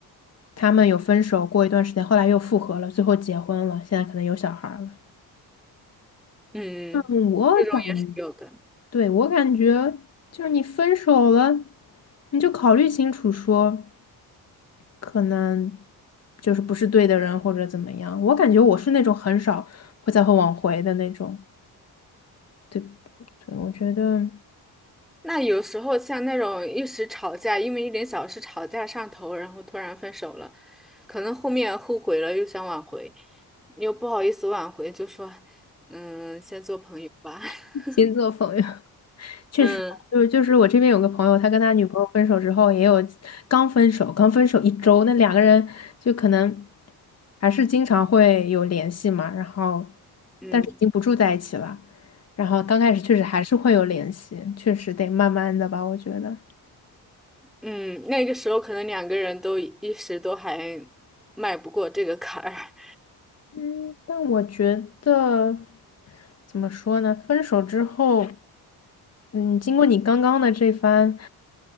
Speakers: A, on the left (about 40°); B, in the centre.
A: 他们有分手过一段时间，后来又复合了，最后结婚了，现在可能有小孩儿了。
B: 嗯，
A: 嗯，
B: 嗯这种也是有的。
A: 我感，对，我感觉就是你分手了，你就考虑清楚说。可能就是不是对的人或者怎么样。我感觉我是那种很少会再会挽回的那种，对，所以我觉得
B: 那有时候像那种一时吵架，因为一点小事吵架上头，然后突然分手了，可能后面后悔了，又想挽回，又不好意思挽回，就说，嗯，先做朋友吧。
A: <laughs>
B: <laughs>
A: 星做朋友，确实，
B: 嗯
A: 就是就是我这边有个朋友，他跟他女朋友分手之后，也有刚分手，刚分手一周，那两个人就可能还是经常会有联系嘛，然后
B: 嗯
A: 但是已经不住在一起了，然后刚开始确实还是会有联系，确实得慢慢的吧，我觉得。
B: 嗯，那个时候可能两个人都一时都还迈不过这个坎儿，
A: 嗯，但我觉得怎么说呢？分手之后，嗯，经过你刚刚的这番